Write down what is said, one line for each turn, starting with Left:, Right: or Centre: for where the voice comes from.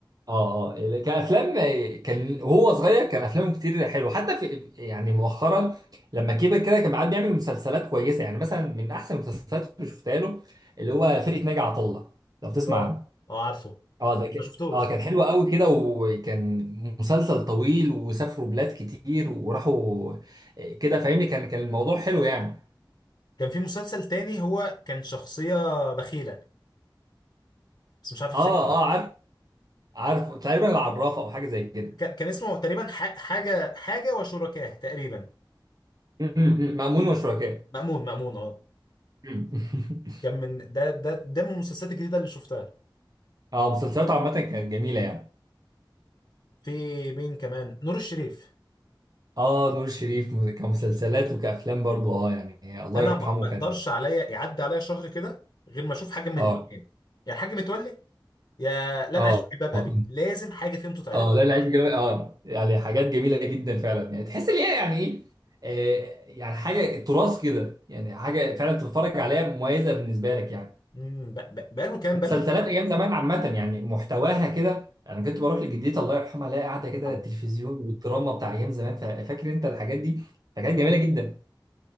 Right: اه اه كافلام كان وهو صغير كان افلامه كتير حلو حتى في يعني مؤخرا لما كبر كده كان قاعد بيعمل مسلسلات كويسه يعني مثلا من احسن المسلسلات اللي شفتها له اللي هو فرقه ناجي عطا الله لو بتسمع
Left: اه
Right: عنه
Left: اه عارفه
Right: اه ده كان
Left: ما شفتوش
Right: اه كان حلو قوي كده وكان مسلسل طويل وسافروا بلاد كتير وراحوا آه، كده فاهمني كان كان الموضوع حلو يعني
Left: كان في مسلسل تاني هو كان شخصيه بخيله بس مش عارف افتكر
Right: اه اه عارف عارف تقريبا العرافه او حاجه زي كده
Left: ك- كان اسمه تقريبا ح- حاجه حاجه وشركاه تقريبا
Right: م- م- م. مأمون وشركاه
Left: مأمون مأمون اه
Right: م- <laughs> م.
Left: كان من ده ده ده من المسلسلات الجديدة اللي شفتها
Right: اه مسلسلاته عامه كانت جميله يعني
Left: في مين كمان نور الشريف
Right: اه نور الشريف م- كمسلسلات وكافلام برضو اه يعني الله
Left: انا
Right: يرحمه
Left: ما ما اقدرش
Right: كان
Left: عليا يعدي عليا شهر كده غير ما اشوف حاجة من
Right: اه
Left: الاثنين يا الحاج متولي يا لا
Right: اه
Left: انا عايش في جلباب
Right: اه
Left: ابي لازم حاجة فيهم تتعرض
Right: اه لا العيش بجلبه اه يعني حاجات جميله جدا فعلا يعني تحس ان هي يعني ايه آه، يعني حاجه تراث كده يعني حاجه فعلا تتفرج عليها مميزه بالنسبه لك يعني
Left: امم ب- ب- بقاله كام
Right: مسلسلات
Left: بقاله
Right: ايام زمان عامه يعني محتواها كده انا كنت بروح لجدتي الله يرحمها الاقي قاعده كده
Left: عم.
Right: التلفزيون والدراما بتاع ايام زمان فا- فاكر انت الحاجات دي فكانت
Left: اه
Right: جميله جدا